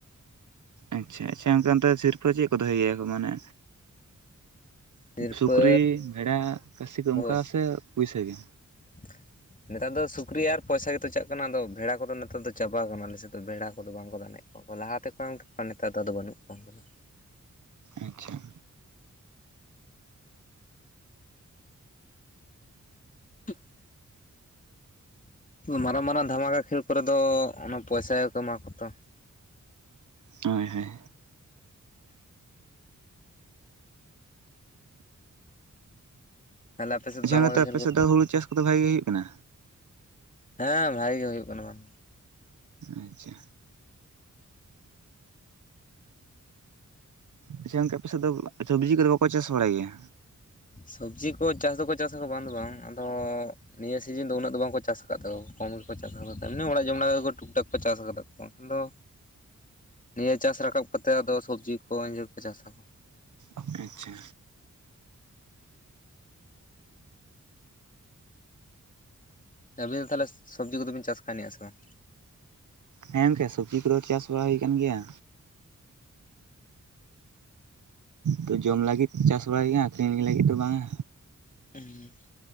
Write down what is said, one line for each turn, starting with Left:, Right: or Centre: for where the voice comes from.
Right: ᱟᱪᱪᱷᱟ, ᱟᱪᱪᱷᱟ ᱜᱚᱝᱠᱮ ᱚᱱᱛᱮ ᱥᱤᱨᱯᱟᱹ ᱪᱮᱫ ᱠᱚ ᱫᱚᱦᱚᱭ ᱜᱮᱭᱟ ᱠᱚ ᱢᱟᱱᱮ
Left: ᱥᱤᱨᱯᱟᱹ
Right: ᱥᱩᱠᱨᱤ, ᱵᱷᱮᱰᱟ, ᱠᱟᱹᱥᱤ ᱠᱚ ᱚᱱᱠᱟ
Left: ᱦᱳᱭ
Right: ᱥᱮ ᱯᱩᱭᱥᱟᱹ ᱜᱮ?
Left: <inaudible> ᱱᱮᱛᱟᱨ ᱫᱚ ᱥᱩᱠᱨᱤ ᱟᱨ ᱯᱚᱭᱥᱟ ᱜᱮᱛᱚ ᱪᱟᱜ ᱠᱟᱱᱟ, ᱟᱫᱚ ᱵᱷᱮᱲᱟ ᱠᱚᱫᱚ ᱱᱮᱛᱟᱨ ᱫᱚ ᱪᱟᱵᱟ ᱟᱠᱟᱱᱟ ᱟᱞᱮ ᱥᱮᱫ ᱫᱚ ᱵᱷᱮᱲᱟ ᱠᱚᱫᱚ ᱵᱟᱝᱠᱚ ᱫᱟᱱᱮᱜ ᱠᱚᱣᱟ ᱠᱚ ᱞᱟᱦᱟ ᱛᱮᱠᱚ <inaudible> ᱱᱮᱛᱟᱨ ᱫᱚ ᱟᱫᱚ ᱵᱟᱹᱱᱩᱜ ᱠᱚᱣᱟ ᱩᱱᱠᱩ ᱠᱚ᱾
Right: ᱟᱪᱪᱷᱟ᱾
Left: <inaudible> ᱢᱟᱨᱟᱝ ᱢᱟᱨᱟᱝ ᱫᱷᱟᱢᱟᱠᱟ ᱠᱷᱮᱞ ᱠᱚᱨᱮ ᱫᱚ ᱚᱱᱟ ᱯᱚᱭᱥᱟ ᱜᱮᱠᱚ ᱮᱢᱟ ᱠᱚᱣᱟ ᱛᱚ᱾
Right: ᱦᱳᱭ ᱦᱳᱭ᱾
Left: ᱛᱟᱦᱚᱞᱮ ᱟᱯᱮ ᱥᱮᱫ
Right: ᱟᱪᱪᱷᱟ
Left: ᱫᱷᱟᱢᱟᱠᱟ
Right: ᱱᱮᱛᱟᱨ
Left: ᱠᱷᱮᱞ
Right: ᱟᱯᱮ
Left: ᱠᱚ
Right: ᱥᱮᱫ ᱫᱚ ᱦᱩᱲᱩ ᱪᱟᱥ ᱠᱚᱫᱚ ᱵᱷᱟᱜᱮ ᱜᱮ ᱦᱩᱭᱩᱜ ᱠᱟᱱᱟ?
Left: ᱦᱮᱸ ᱵᱷᱟᱜᱮ ᱜᱮ ᱦᱩᱭᱩᱜ ᱠᱟᱱᱟ, <inaudible>
Right: ᱟᱪᱪᱷᱟ᱾ ᱟᱪᱪᱷᱟ ᱜᱚᱝᱠᱮ ᱟᱯᱮ ᱥᱮᱫ ᱫᱚ ᱥᱚᱵᱽᱡᱤ ᱠᱚᱫᱚ ᱵᱟᱠᱚ ᱪᱟᱥ ᱵᱟᱲᱟᱭ ᱜᱮᱭᱟ?
Left: ᱥᱚᱵᱽᱡᱤ ᱠᱚ ᱪᱟᱥ ᱫᱚᱠᱚ ᱪᱟᱥ ᱟᱠᱚ ᱵᱟᱝ ᱫᱚ ᱵᱟᱝ ᱟᱫᱚ ᱱᱤᱭᱟᱹ ᱥᱤᱡᱤᱱ ᱫᱚ ᱩᱱᱟᱹᱜ ᱫᱚ ᱵᱟᱝᱠᱚ ᱪᱟᱥ ᱟᱠᱟᱫ ᱫᱚ, ᱠᱚᱢ ᱜᱮ ᱠᱚ ᱪᱟᱥ ᱟᱠᱟᱫᱟ ᱛᱮᱢᱱᱤ ᱚᱲᱟᱜ ᱡᱚᱢ ᱞᱮᱠᱟᱜᱮ ᱴᱩᱠ ᱴᱟᱠ ᱠᱚ ᱪᱟᱥ ᱟᱠᱟᱫᱟ ᱠᱚ ᱵᱟᱝᱠᱷᱟᱱ ᱫᱚ ᱱᱤᱭᱟᱹ ᱪᱟᱥ ᱨᱟᱠᱟᱵ ᱠᱟᱛᱮ ᱟᱫᱚ ᱥᱚᱵᱽᱡᱤ ᱠᱚ ᱤᱭᱟᱹ ᱠᱚ ᱪᱟᱥᱟᱠᱚ᱾
Right: ᱟᱪᱪᱷᱟ᱾
Left: ᱟᱹᱵᱤᱱ ᱫᱚ ᱛᱟᱦᱚᱞᱮ ᱥᱚᱵᱽᱡᱤ ᱠᱚ ᱫᱚ ᱵᱤᱱ ᱪᱟᱥ ᱠᱟᱣᱱᱤᱡ ᱟ ᱥᱮ ᱵᱟᱝ?
Right: ᱦᱮᱸ ᱜᱚᱝᱠᱮ ᱥᱚᱵᱽᱡᱤ ᱠᱚ ᱫᱚ ᱪᱟᱥ ᱵᱟᱲᱟ ᱦᱩᱭ ᱟᱠᱟᱱ ᱜᱮᱭᱟ᱾ ᱛᱚ ᱡᱚᱢ ᱞᱟᱹᱜᱤᱫ ᱪᱟᱥ ᱵᱟᱲᱟᱭ ᱜᱮᱭᱟ ᱟᱠᱷᱨᱤᱧᱞᱤ ᱞᱟᱹᱜᱤᱫ ᱫᱚ ᱵᱟᱝᱟ᱾
Left: <unintelligible>